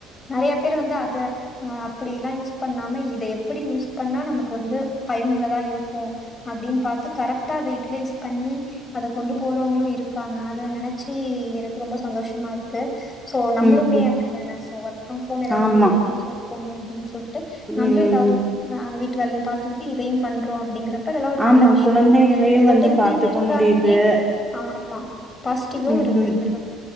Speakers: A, on the left (about 25°); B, in the centre.
A: நறைய பேர் வந்து அத அ அப்டில்லா யூஸ் பண்ணாம இதய அப்படி யூஸ் பண்ணா நமக்கு வந்து பயனுள்ளதா இருக்கோ அப்படின்னு பாத்து கரெக்டா அத யூட்டிலைஸ் பண்ணி அத கொண்டு போறவங்களோ இருக்காங்க அத நனைச்சு எனக்கு ரொம்ப சந்தோஷமா இருக்கு சோ நம்மளுமே
B: ம் ம்
A: அப்படி தான ஸோ ஒர்க் ஃபிரம் ஹோம் ஏதாவது
B: ஆமா
A: தேடி வீட்ல இருப்போமே அப்டின்னு சொல்ட்டு
B: ம்
A: நம்மளு
B: ம்
A: ஏதாவது
B: ம்
A: ஆ வீட் ட்டு வேலையு பாத்துகிட்டு இதையு பண்றோ அப்டிங்கறப் அதெல்லா ஒரு
B: ஆமா
A: நல்ல விஷயந்தா
B: குழந்தைகளையு
A: நெகட்டிவிட்டிஸ்
B: வந்து பாத்துக்க
A: இருந்தாலுமே
B: முடியுது
A: ஆமா பாசிட்டிவு
B: ம்
A: இருக்கு
B: ம்
A: இதுல